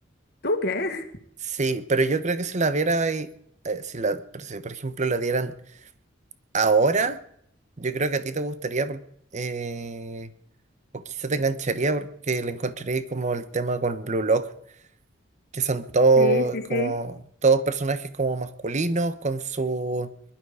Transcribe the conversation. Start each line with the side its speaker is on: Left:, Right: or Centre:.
Left: ¿Tú crees? <laughs>
Right: Sí, pero yo creo que si la viera ahí, eh, si la, pero si, por ejemplo la dieran ahora, yo creo que a ti te gustaría porque O quizá te engancharía porque le encontraría como el tema con Blue Lock, que son todos
Left: Sí, sí,
Right: como
Left: sí.
Right: todos personajes como masculinos, con sus